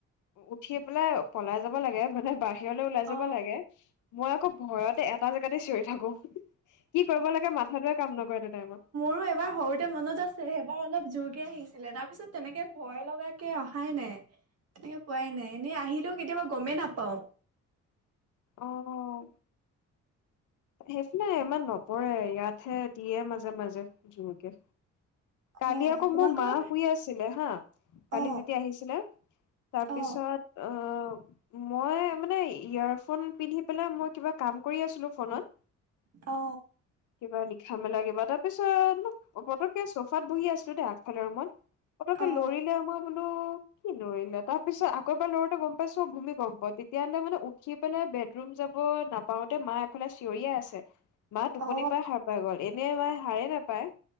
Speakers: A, on the left; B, on the right.
A: উঠি পেলাই পলাই যাব লাগে মানে বাহিৰ সিৰলৈ ওলাই
B: অ
A: যাব লাগে মই আকৌ ভয়তে এটা জেগাতে চিঞৰি থাকো। কি কৰিব লাগে মাথাটোয়ে কাম নকৰে এটা টাইমত
B: আৰু এবাৰ সৰুতে মনত আছে, সিবাৰ অলপ জোৰকে আহিছে। ছিলে তাৰ পিছত তেনেকে ভয় লগ কে অহাই নাই। তেনেকে পোৱাই নাই এনেই আহিলেও। কেতিয়াবা গমেই নাপাও
A: অহ সেইফালে ইমান নপৰে ইয়াতহে দিয়ে মাজে, মাজে জোৰকে কালি
B: অ
A: আকৌ
B: তোমালোকৰ
A: মোৰ মা শুই আছিলে হা কালি
B: অ
A: যেতিয়া আহিছিলে তাৰপিছত
B: অ
A: অ মই মানে ইয়েৰফোন পিন্ধি পেলাই মই কিবা কাম কৰি আছিলো ফোনত
B: অ
A: কিবা লিখা মেলা কিবা তাৰ পিছত পতককে চোফাত বহি আছিলো দেই আগফালে ৰুমত। পতকে
B: অ
A: লৰিলে আমাক বোলো কি লৰিলে তাৰ পিছত আকৌ এবাৰ লৰতে গম পাইছো ভূমিকম্প গম পা তেতিয়াহলে মানে উঠি পেলাই বেডৰুম যাব নাপাওতে মা এফালে। থৰিয়ে আছে মা টোপনি
B: অ
A: পৰাই সাৰ পাই গ'ল এনে মই হাৰে নাপায়